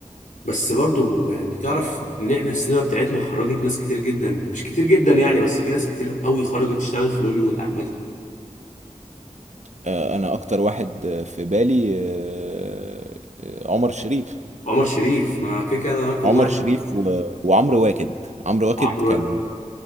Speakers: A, on the left; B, on the right.
A: بس برضه يعني تعرف إن إحنا السينما بتاعتنا خرجت ناس كتير جدا مش كتير جدا يعني بس في ناس كتير قوي خرجت اشتغلت في هوليوود عامة
B: آه، انا اكتر واحد آه، في بالي آه، آه، عمر شريف
A: عمر شريف ما كده كده ده رقم
B: عمر
A: واحد
B: شريف و... وعمرو واكد عمرو واكد
A: وعمرو
B: كان
A: واكد